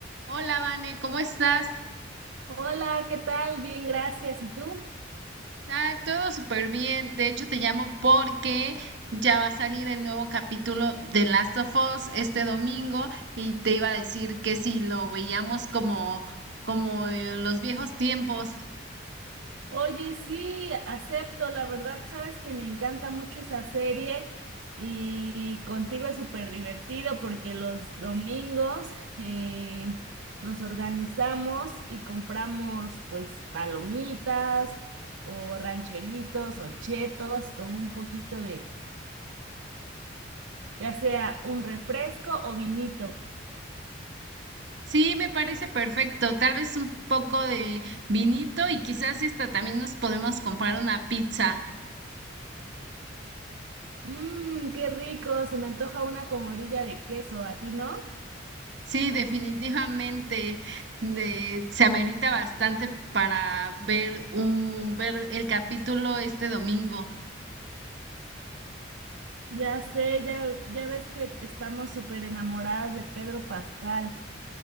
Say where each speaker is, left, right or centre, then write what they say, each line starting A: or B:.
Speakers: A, on the right; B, on the right.
A: Hola, Vane, ¿cómo estás?
B: Hola, ¿qué tal? Bien, gracias. ¿Y tú?
A: Ah, todo súper bien. De hecho, te llamo porque ya va a salir el nuevo capítulo de Last of Us este domingo y te iba a decir que si lo veíamos como, como en los viejos tiempos.
B: Oye, sí, acepto. La verdad, sabes que me encanta mucho esa serie y contigo es súper divertido porque los domingos eh, nos organizamos y compramos pues palomitas o rancheritos o chetos con un poquito de, ya sea un refresco o vinito.
A: Sí, me parece perfecto. Tal vez un poco de vinito y quizás y hasta también nos podemos comprar una pizza.
B: Mmm, qué rico. Se me antoja una con orilla de queso. ¿A ti no?
A: Sí, definitivamente de- se amerita bastante para ver un ver el capítulo este domingo.
B: Ya sé, ya, ya ves que estamos súper enamoradas de Pedro Pascal.